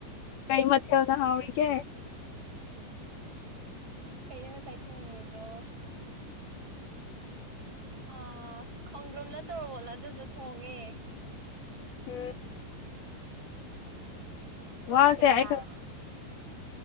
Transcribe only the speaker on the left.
ꯀꯩ ꯃꯊ ꯌꯥꯎꯗ ꯍꯥꯥꯎꯥꯎꯒꯦ
ꯍꯝ
ꯋꯥꯁꯦ
ꯑꯩ